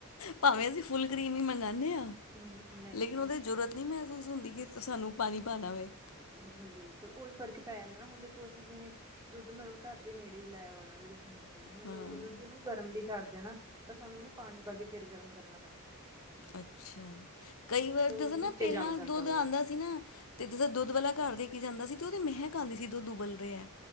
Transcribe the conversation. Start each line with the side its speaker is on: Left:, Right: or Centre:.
Left: ਭਾਵੇਂ ਅਸੀਂ ਫੁੱਲ ਕ੍ਰੀਮੀ ਮੰਗਵਾਉਂਦੇ ਆ
Right: ਨਹੀਂ ਨਹੀਂ
Left: ਲੇਕਿਨ ਉਹਦੇ ਜ਼ਰੂਰਤ ਨਹੀਂ ਮੈਂ ਮਹਿਸੂਸ ਹੁੰਦੀ ਕਿ ਸਾਨੂੰ ਪਾਣੀ ਪਾਉਣਾ ਵੇ
Right: ਹ ਹਾਂ ਬਿਲਕੁਲ ਉਹੀ ਫਰਕ ਪੈ ਜਾਂਦਾ ਹੁਣ ਦੇਖੋ ਅਸੀਂ ਜਿਵੇਂ ਦੁੱਧ ਮਤਲਬ ਘਰ ਦੇ ਨੇੜੇ ਹੀ ਲਾਇਆ ਵਾ ਉਹਨਾਂ ਦੇ ਮੱਝਾਂ ਨੇ ਮਤਲਬ
Left: ਹਾਂ
Right: ਜਦੋਂ ਅਸੀਂ ਉਹਨ ਗਰਮ ਵੀ ਕਰਦੇ ਆ ਨਾ ਤਾਂ ਸਾਨੂੰ ਉਹਨੂੰ ਪਾਣੀ ਪਾ ਕੇ ਫਿਰ ਗਰਮ ਕਰਨਾ ਪੈਂਦਾ ਕਿਆ
Left: ਅੱਛਾ, ਕਈ ਵਾਰ ਜਦੋਂ
Right: ਨੀਚੇ
Left: ਨਾ, ਪਹਿਲਾਂ
Right: ਜੰਮ ਜਾਂਦਾ
Left: ਦੁੱਧ
Right: ਉਹ
Left: ਆਂਦਾ ਸੀ ਨਾ ਤੇ ਜਦੋਂ ਦੁੱਧ ਵਾਲਾ ਘਰ ਦੇ ਕੇ ਜਾਂਦਾ ਸੀ, ਤੇ ਓਦੀ ਮਹਿਕ ਆਂਦੀ ਸੀ। ਦੁਧ ਉਬਲ ਰਿਹਾ